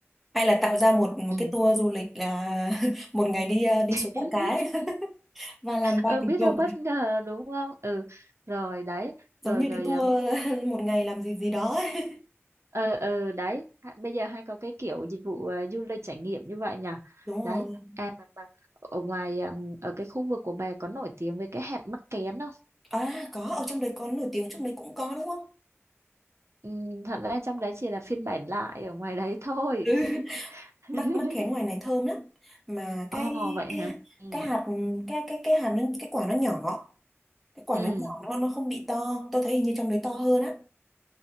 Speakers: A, in the centre; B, on the right (about 65°).
A: hay là tạo ra một một
B: Ừ.
A: cái tour du lịch là <laughs> một ngày đi ờ, đi
B: <laughs>
A: xuống bắt cá ấy. <laughs> và làm ba
B: ừ
A: tình
B: biết
A: dục
B: đâu bất ngờ đúng không? Ừ. Rồi đấy, rồi
A: giống như
B: rồi
A: cái tour
B: ờ
A: <laughs> một ngày làm gì gì đó ấy.
B: ờ ờ, đấy, Ha- bây giờ hay có cái kiểu dịch vụ ờ, du lịch trải nghiệm như vậy nhỉ?
A: đúng
B: Đấy.
A: rồi
B: À mà, mà ở ngoài ừm, ở cái khu vực của bà có nổi tiếng với cái hạt mắc kén không?
A: à có ở trong đấy có nổi tiếng trong đấy cũng có đúng không
B: Ừ, thật ra trong đấy chỉ là phiên bản lại ở ngoài đấy thôi.
A: ừ
B: <laughs>
A: mắc mắc khén ngoài này thơm lắm mà
B: Ồ
A: cái
B: vậy
A: cái
B: hả? Ừ.
A: cái hạt cái cái cái hạt nó, cái quả nó nhỏ cái quả
B: Ừ.
A: nó nhỏ nó nó không bị to tôi thấy hình như trong đấy to hơn á